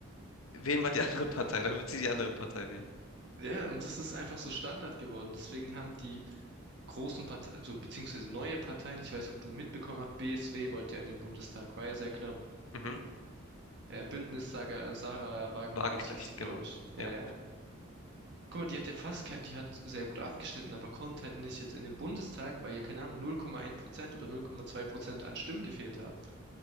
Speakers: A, on the left; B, on the right.
A: wählen mal die <laughs> andere Partei, dann wird sie die andere Partei wählen.
B: Ja, und es ist einfach so Standard geworden. Deswegen haben die großen Parteien, also beziehungsweise neue Parteien, ich weiß, ob du mitbekommen hast, BSW wollte ja in den Bundestag, war ja sehr knapp.
A: Mhm.
B: Äh, Bündnis Saga, Sarah Wagenknecht
A: Wagenknecht,
B: hieß sie, glaube
A: genau.
B: ich. Ja,
A: Ja.
B: ja. Guck mal, die hat ja fast, kein- die hat sehr gut abgeschnitten, aber kommt halt nicht jetzt in den Bundestag, weil ja, keine Ahnung, 0,1% oder 0,2% an Stimmen gefehlt haben.